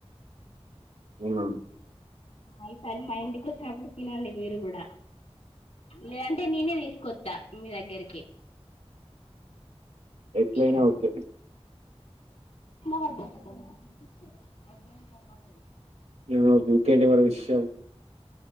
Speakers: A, on the right; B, on the left.
A: <inaudible>
B: అ ఈ సారి మా ఇంటికి వచ్చినప్పుడు తినండి మీరు కూడా లేదంటే నేనే తీసుకొస్తా మీ దగ్గరికి
A: ఎట్లైనా
B: ఈరా
A: ఓకే
B: <unintelligible>
A: లేవకు ఇకేంటి మరో విషయలు